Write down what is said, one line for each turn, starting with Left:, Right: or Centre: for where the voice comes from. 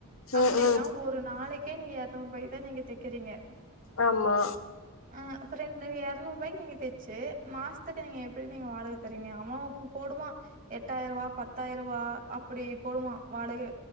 Right: அப்படின்னா
Left: ம் ம்
Right: ஒரு நாளைக்கே நீங்க எரநூற்பாய்க்கு தா நீங்க தைக்குறீங்க
Left: ஆமா
Right: ஆ அப்பறன் நீங்க எரநூற்வாய்க்கு நீங்க தேச்சு மாசத்துக்கு நீங்க எப்டி நீங்க வாடக தருவிங்க <unintelligible> எட்டாய்ருவா பத்தாய்ருவா அப்டி போடுவான் வாடகே